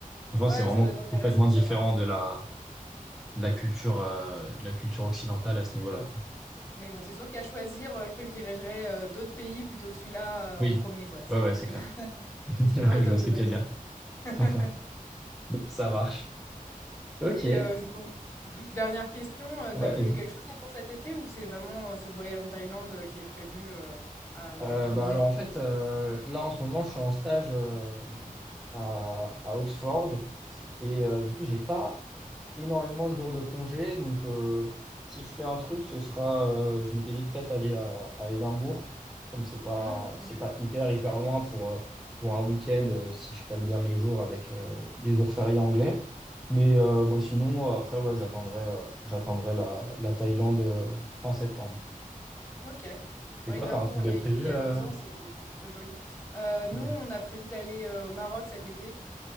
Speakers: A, in the centre; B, on the left.
A: je pense
B: Ouais,
A: que c'est vraiment
B: ça doit être intéressant,
A: complètement différent
B: c'est vrai.
A: de la de la culture, euh, de la culture occidentale à ce niveau-là, quoi.
B: Mais bon, c'est sûr qu'à choisir, heu, je privilégierais, heu, d'autres pays plutôt que celui-là,
A: Oui.
B: heu, en premier quoi. C'est
A: Ouais, ouais, c'est clair.
B: <laughs>
A: <laughs>
B: il serait
A: Ouais,
B: pas au top
A: je vois ce
B: de
A: que
B: ma
A: tu
B: liste.
A: veux dire.
B: <laughs>
A: <laughs> Ça marche. Ok.
B: Et
A: Ouais,
B: heu, je donc juste dernière question, heu,
A: vas-y.
B: tu prévu quelque chose là pour cet été ou c'est vraiment, heu, ce voyage en Thaïlande, heu, qui est prévu, heu, à en
A: Euh,
B: premier
A: bah alors
B: je
A: en
B: me
A: fait,
B: dis
A: euh, là en ce moment, je suis en stage euh, à, à Oxford et euh, du coup, j'ai pas énormément de jours de congé. Donc, euh, si je fais un truc, ce sera, euh, je m'étais dit peut-être aller à, à Édimbourg, comme c'est pas,
B: Mmh, oui.
A: c'est pas hyper, hyper loin pour, euh, pour un week-end, euh, si je cale bien mes jours avec euh, les jours fériés anglais. Mais euh, bon, sinon, euh, après, ouais, j'attendrai, euh, j'attendrai la, la Thaïlande euh, fin septembre.
B: OK.
A: Et
B: Ouais,
A: toi,
B: Édimbourg,
A: t'as un truc
B: on
A: de
B: y a
A: prévu
B: été il y
A: euh
B: a 2 ans, c'est c'est plutôt joli. Heu, nous,
A: Ok.
B: on a prévu d'aller, heu, au Maroc cet été,